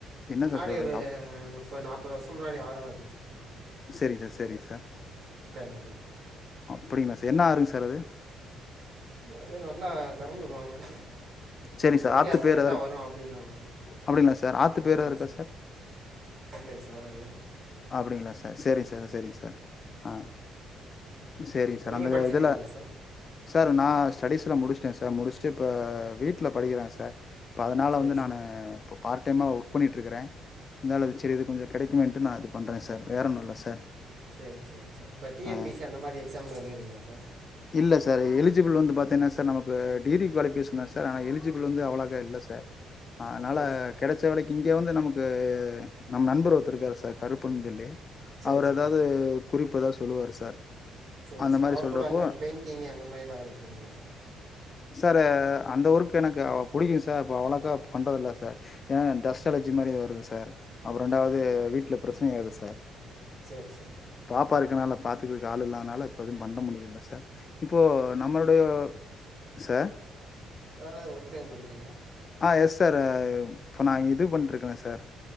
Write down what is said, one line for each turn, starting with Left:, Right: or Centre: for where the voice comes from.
Left: என்ன
Right: முன்னாடி
Left: சார் சொல்றீங்க
Right: ஒரு
Left: அப்
Right: முப்பது நாற்பது வருஷம் முன்னாடி ஆ <unintelligible> சார்
Left: செரிங்க சார் செரிங்க சார்
Right: மாறிடுச்சு
Left: அப்படிங்களா சார் என்ன ஆறுங்க சார் அது
Right: அது நல்லா தெறந்துவுடுவாங்க வ வ
Left: சரிங்க சார்
Right: வைகை
Left: ஆத்து
Right: ஆத்துலருந்து
Left: பேர் எதா
Right: தா
Left: இருக்
Right: வரு அப்டினுவாங்க
Left: அப்டிங்களா சார் ஆத்து பேர்
Right: ஆமா
Left: எதா இருக்கா
Right: சார் தெரியலயே சார் அது
Left: அப்டிங்களா சார் ஆ சேரிங்க சார் சேரிங்க சார் ஆ
Right: ஓகே
Left: சேரிங்க
Right: இப்போ
Left: சார்
Right: நீங்கள்
Left: அந்த
Right: படிச்சுட்டு
Left: இதுல
Right: இருக்கீங்களா சார்
Left: சார் நா ஸ்டடிஸ்லாம் முடிச்சிட்டேன் சா சார் முடிஸ்ட்டு இப்ப வீட்ல படிக்கிறாங்க சார் இப்போ அதனால
Right: சரி
Left: வந்து நானு
Right: சார்
Left: இப்போ பார்ட் டைமா ஒர்க் பண்ணிட்டு இருக்கறேன் இருந்தாலும் அது சரி இது கொஞ்ச கெடைக்குமே ன்ட்டு நா அது பண்ற சார் வேற ஒன்னும் இல்ல சார்
Right: சேரிங்க சார் சேரி இப்ப டி
Left: ஆ
Right: என் பி சி அந்த மாதிரி எக்ஸாம்ல எழுதிறீங்களா சார்
Left: இல்ல சார் எலிஜிபிள் வந்து பாத்தீங்கன்னா சார் நமக்கு டிகிரி குவாலிஃபிகேசன் தான் சார் ஆனா எலிஜிபிள் வந்து அவ்ளோக்கா இல்ல சார் ஆ அதனால
Right: சரி சார்
Left: கெடைச்ச வேலைக் இங்க வந்து நமக்கு நம் நண்பர் ஒருத்தர் இருக்காரு சார் கருப்புன்னு சொல்லி
Right: சரி
Left: அவர்
Right: சார்
Left: எதாவது குறிப்பு எதாவது சொல்லுவாரு சார்
Right: சேரி
Left: அந்த
Right: சார்
Left: மாதிரி
Right: அவர்கூட
Left: சொல்றப்போ
Right: அந்த பெயிண்ட் டிங்க அந்த மாரிலாம் அனுப்பிறீங்களா சார்
Left: சார் ஆ அந்த ஒர்க் எனக்கு புடிக்கும் சார் இப்ப அவ்வளோக்கா பண்றதில்ல சார் ஏன்னா டஸ்ட் அலர்ஜி மாதிரி வருது சார் அப்புற ரெண்டாவது வீட்ல பிரச்சனைையாகுது சார் சார்
Right: சேரி சார்
Left: ப்பா இருக்கனால பாத்துறதுக்கு ஆள் இல்லாதனால ஃபுல்லா இப்போ எதும் பண்ண முடியல சார் இப்போ நம்மளுடைய சார்
Right: வேற எதா ஒர்க் <unintelligible>
Left: ஆ எஸ் சார் இப்போ நா இது பண்ணிட்ருக்கறேன் சார்